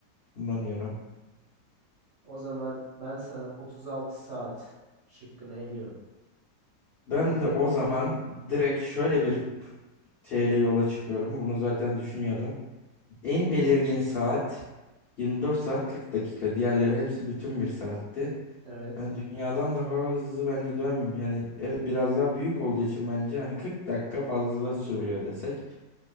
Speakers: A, on the left; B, on the right.
A: Kullanıyorum.
B: O zaman ben sana 36 saat şıkkını eliyorum.
A: Ben
B: Yeni,
A: de o zaman direkt şöyle bir şeyle yola çıkıyorum. Bunu zaten düşünüyordum. En belirgin saat 24 saat 40 dakika. Diğerleri hepsi bütün bir saatti.
B: evet,
A: Hani dünyadan daha hızlı bence dönmüyor. Yani evet biraz daha büyük olduğu için bence hani 40 dakika fazla sürüyor desek